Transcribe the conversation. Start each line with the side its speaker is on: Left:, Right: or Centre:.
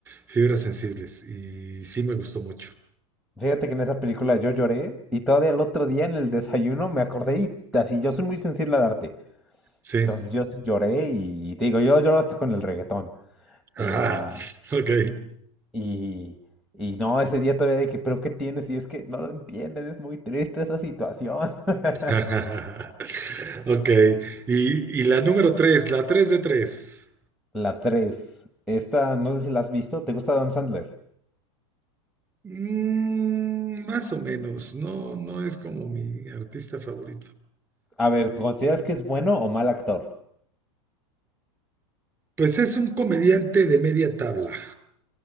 Right: fibras sensibles y sí me gustó mucho.
Centre: Fíjate que en esa película yo lloré y todavía el otro día en el desayuno me acordé y así yo soy muy sensible al arte.
Right: Sí.
Centre: Entonces yo sí lloré y, te digo, yo lloro hasta con el reggaetón.
Right: Ajá.
Centre: Y,
Right: Ok.
Centre: y, y no, ese día todavía dije, pero ¿qué tienes? Y es que no lo entienden, es muy triste esa situación. <laughs>
Right: <laughs> Ok. Y, y la número tres, la tres de tres.
Centre: La tres, Esta, no sé si la has visto. ¿Te gusta Adam Sandler?
Right: Mm, más o menos. No, no es como mi artista favorito.
Centre: A ver, ¿consideras que es bueno o mal actor?
Right: Pues es un comediante de media tabla